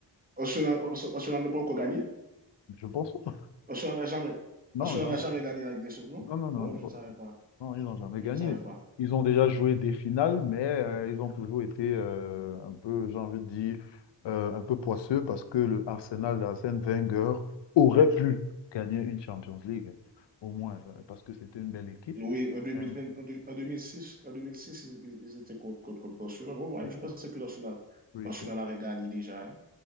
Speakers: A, on the right (about 20°); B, on the left (about 75°).
A: Arsenal n'a pas encore gagné.
B: Je pense pas.
A: Arsenal n'a jamais,
B: Non,
A: Arsenal
B: jamais.
A: jamais gagné la Ligue des Champions.
B: Non, non, non,
A: Oh,
B: je
A: je
B: pense-
A: ne savais pas.
B: non, ils n'ont jamais
A: Je
B: gagné.
A: ne savais pas.
B: Ils ont déjà joué des finales, mais euh, ils ont toujours été euh, un peu, j'ai envie de dire, euh, un peu poisseux parce que le Arsenal d'Arsène Wenger aurait pu gagner une Champions League, au moins, euh, parce que c'était une belle équipe.
A: Oui, en, 2020,
B: Euh,
A: en deux mille six en 2006 ils, ils, étaient contre, contre, contre Barcelone. Oh, moi,
B: et
A: je
B: qu'on
A: pensais que l'Arsenal,
B: peut-
A: l'Arsenal
B: et qu'on-
A: avait gagné déjà. Hein.